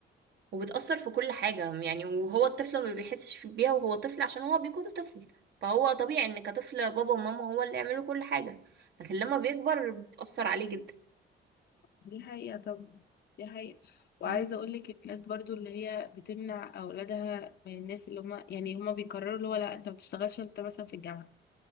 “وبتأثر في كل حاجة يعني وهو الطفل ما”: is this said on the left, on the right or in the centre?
Right